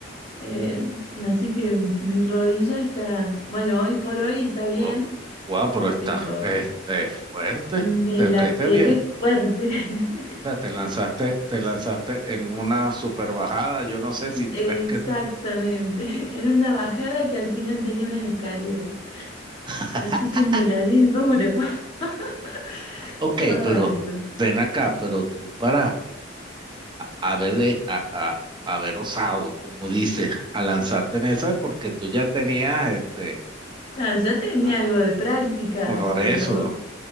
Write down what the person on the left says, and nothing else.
Eh, así que mi rodilla está, bueno, hoy por hoy está
bien,
pero
me
la
pegué
fuerte. <laughs>
Exactamente,
en una bajada que al final tenía unas escaleras.
Así que me la di duro. <laughs>
Ay,
no.
Ah, ya tenía
algo de práctica,
pero